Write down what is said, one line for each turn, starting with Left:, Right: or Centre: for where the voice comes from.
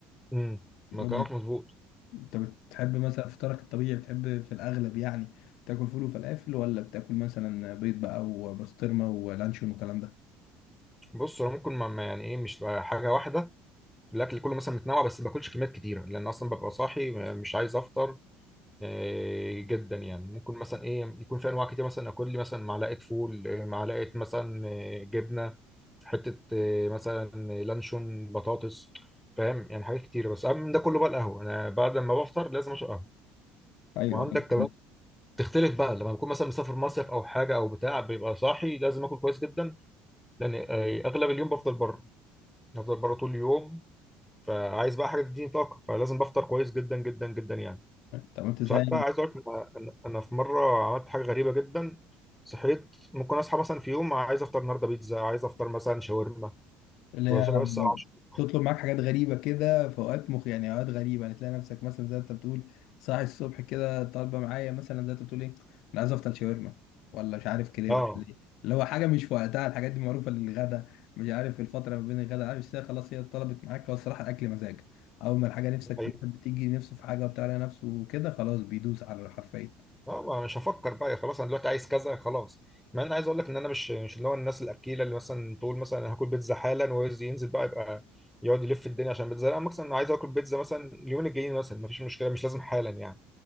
Centre: امم ما
Left: قول
Centre: كلامك
Left: لي
Centre: مظبوط
Left: انت بتحب مثلا فطارك الطبيعي بتحب في الاغلب يعني تاكل فول وفلافل ولا بتاكل مثلا بيض بقى وبسطرمه ولانشون والكلام ده
Centre: بص انا ممكن ما ما- يعني ايه مش حاجه واحده الاكل كله مثلا متنوع بس ما باكلش كميات كتيره لان اصلا ببقى صاحي مش عايز افطر آه، جدا يعني ممكن مثلا ايه يكون في انواع كتير مثلا اكل لي مثلا معلقه فول آه، معلقه مثلا آه، جبنه حته آه، مثلا لانشون بطاطس فاهم يعني حاجات كتير بس اهم من ده كله بقى القهوه انا بعد ما بفطر لازم اشرب قهوه
Left: ايوه
Centre: وعندك
Left: أيوة.
Centre: كمان تختلف بقى لما بكون مثلا مسافر مصيف او حاجه او بتاع بيبقى صاحي لازم اكل كويس جدا لان آه، اغلب اليوم بفضل بره بفضل بره طول اليوم فعايز بقى حاجه تديني طاقه فلازم بفطر كويس جدا جدا جدا يعني
Left: طب انت زي
Centre: ساعات بقى عايز اقول لك انا أنا أنا في مره عملت حاجه غريبه جدا صحيت ممكن اصحى مثلا في يوم عايز افطر النهارده بيتزا عايز افطر مثلا شاورما
Left: اللي
Centre: بصحى
Left: هي
Centre: بس الساعه 10
Left: تطلب معاك حاجات غريبة كده في أوقات مخ يعني أوقات غريبة يعني تلاقي نفسك مثلا زي ما أنت بتقول صاحي الصبح كده طالبة معايا مثلا زي ما أنت بتقول إيه أنا عايز أفطر شاورما ولا مش عارف كريب
Centre: اه
Left: ولا إيه اللي هو حاجة مش في وقتها الحاجات دي معروفة للغدا مش عارف الفترة ما بين الغدا عارف الساعة خلاص هي طلبت معاك هو الصراحة الأكل مزاج أول ما الحاجة نفسك
Centre: دي حقيقة.
Left: الواحد بتيجي نفسه في حاجة وبتاع على نفسه وكده خلاص بيدوس على حرفيا
Centre: اه ما مش هفكر بقى خلاص انا دلوقتي عايز كذا خلاص مع ان عايز اقول لك ان انا مش مش اللي هو الناس الاكيله اللي مثلا تقول مثلا أنا هاكل بيتزا حالا وعايز ينزل بقى يبقى يقعد يلف الدنيا عشان بيتزا لا مثلا انا عايز اكل بيتزا مثلا اليومين الجايين مثلا مفيش مشكله مش لازم حالا يعني